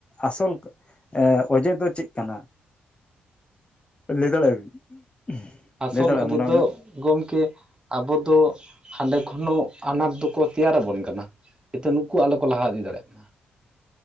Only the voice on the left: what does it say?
ᱟᱥᱚᱞ ᱮᱸ ᱚᱡᱮ ᱫᱚ ᱪᱮᱫ ᱠᱟᱱᱟ? ᱞᱟᱹᱭ ᱫᱟᱲᱮᱭᱟ ᱵᱤᱱ? <unintelligible>
ᱢᱚᱴᱟᱢᱩᱴᱤ